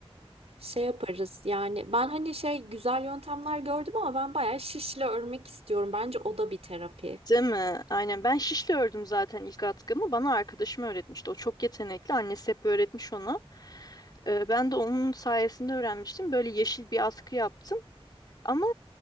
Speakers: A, on the right (about 80°); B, on the left (about 40°).
A: Şey yaparız yani ben hani şey güzel yöntemler gördüm ama ben bayağı şişle örmek istiyorum. Bence o da bir terapi.
B: Değil mi? Aynen ben şişle ördüm zaten ilk atkımı. Bana arkadaşım öğretmişti. O çok yetenekli. Annesi hep öğretmiş ona. Ee, ben de onun sayesinde öğrenmiştim. Böyle yeşil bir askı yaptım. Ama